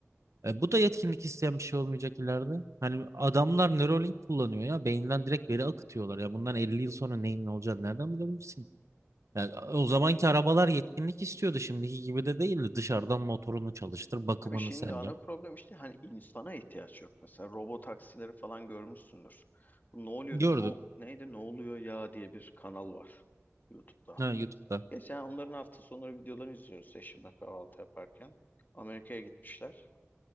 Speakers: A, on the right; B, on the left.
A: e, bu da yetkinlik isteyen bir şey olmayacak ileride. Hani adamlar Neuralink kullanıyor ya. Beyinden direkt veri akıtıyorlar. Ya bundan 50 yıl sonra neyin ne olacağını nereden bilebilirsin? Yani o zamanki arabalar yetkinlik istiyordu. Şimdiki gibi de değildi. Dışarıdan motorunu çalıştır, bakımını
B: Abi şimdi
A: sen
B: ana
A: yap.
B: problem işte hani insana ihtiyaç yok. Mesela robot taksileri falan görmüşsündür. Bu ne oluyor,
A: Gördüm.
B: no, neydi ne oluyor ya diye bir kanal var YouTube'da.
A: Ha, YouTube'da.
B: Geçen onların hafta sonları videolarını izliyoruz eşimle kahvaltı yaparken. Amerika'ya gitmişler.